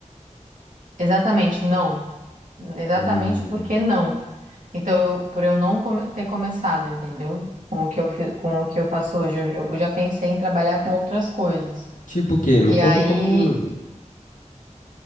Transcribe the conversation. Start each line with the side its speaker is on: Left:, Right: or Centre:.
Right: exatamente não, exatamente
Left: Hum.
Right: porque não. Então, eu- por eu não come- ter começado, entendeu? Com o que eu, fi- com o que eu faço hoje, eu, eu já pensei em trabalhar com outras coisas.
Left: Tipo o quê? Me
Right: E
Left: conta
Right: aí
Left: um pouquinho.